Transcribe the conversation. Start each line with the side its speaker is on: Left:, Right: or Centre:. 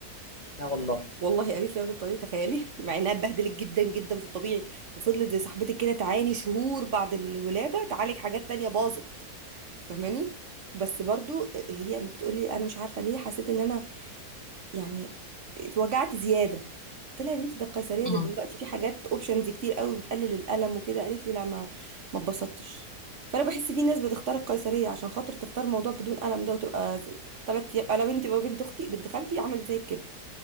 Left: لا والله
Right: والله قالت لي اولد طبيعي تخيلي <laughs> مع انها اتبهدلت جدا جدا في الطبيعي وفضلت زي صاحبتك كده تعاني شهور بعد الولادة تعالج حاجات تانية باظت فاهماني بس برضو هي بتقولي انا مش عارفه ليه حسيت ان انا يعني اتوجعت زياده قلت لها يا بنتي ده القيصريه ده
Left: مم.
Right: دلوقتي في حاجات اوبشنز كتير قوي بتقلل الالم وكده قالت لي لا ما ما اتبسطتش فانا بحس في ناس بتختار القيصريه عشان خاطر تختار موضوع بدون الم ده وتبقى ثلاث ايام انا بنتي بقى بنت اختي بنت خالتي عملت زي كده